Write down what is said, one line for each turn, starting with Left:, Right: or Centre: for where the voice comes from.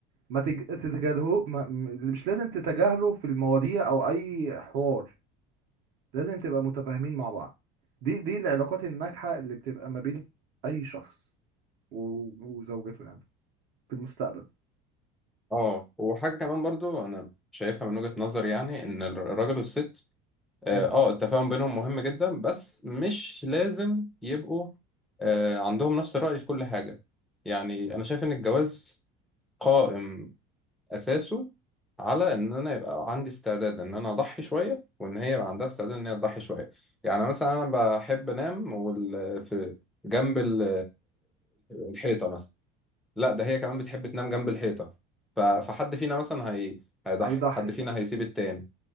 Right: ما تج... تتجاهلوه ما... م- مش لازم تتجاهلوا في المواضيع او اي حوار لازم تبقى متفاهمين مع بعض دي دي العلاقات الناجحة اللي بتبقى ما بين اي شخص و... وزوجته يعني في المستقبل
Centre: اه وحاجة كمان برضو أنا شايفها من وجهة نظري يعني إن الراجل والست اه
Right: مم.
Centre: آه، التفاهم بينهم مهم جدا بس مش لازم يبقوا آه عندهم نفس الرأي في كل حاجة يعني أنا شايف إن الجواز قائم أساسه على إن أنا يبقى عندي استعداد إن أنا أضحي شوية وإن هي يبقى عندها استعداد إن هي تضحي شوية يعني مثلا أنا بحب أنام وال... في جنب ال... الحيطة مثلا لا ده هي كمان بتحب تنام جنب الحيطة ف... فحد فينا مثلا هي... هيضحي
Right: هيضحي
Centre: حد فينا هيسيب التاني